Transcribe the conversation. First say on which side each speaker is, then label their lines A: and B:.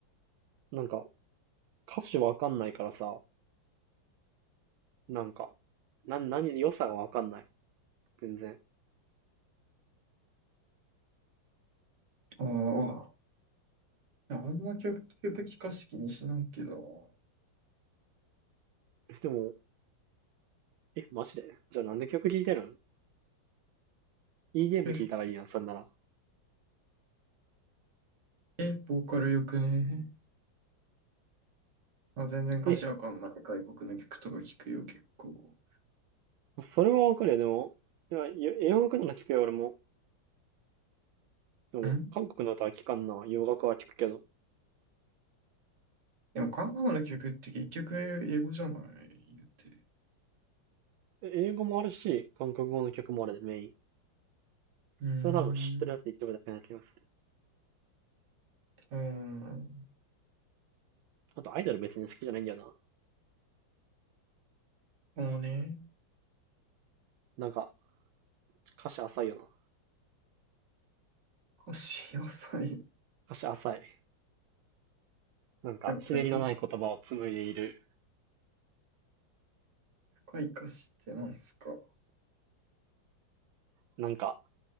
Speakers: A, on the right (about 85°); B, on the right (about 65°).
A: <laughs> なんか、歌詞わかんないからさ、なんか、な、何、良さがわかんない。全然。
B: ああ、いやあんま曲聞くとき歌詞気にしないけど、
A: でも、え、マジでじゃあなんで曲聴いてるんいいゲーム聴いたらいいやん、
B: え普通
A: そんなら。
B: え、ボーカルよくね。まあ、全然歌詞わかんない外国の曲とか聞くよ、
A: え、
B: 結構。
A: それはわかるよ、でも。いや、洋楽なら聴くよ、俺も。でも、
B: ん
A: 韓国の歌は聴かんな。洋楽は聴くけど。
B: でも韓国の曲って結局英語じゃない言って。
A: え英語もあるし、韓国語の曲もあるで、メイン。
B: うーん。
A: それ多分知ってるやつ一部だけな気がする。
B: うーん。
A: あと、アイドル別に好きじゃないんだよな。
B: もうね、
A: なんか、歌詞浅いよな。
B: 歌詞浅い。
A: 歌詞浅い。なんか、
B: 逆、
A: ひねりのない言葉を紡いでいる。
B: 逆に深い歌詞ってなんすか。
A: なんか、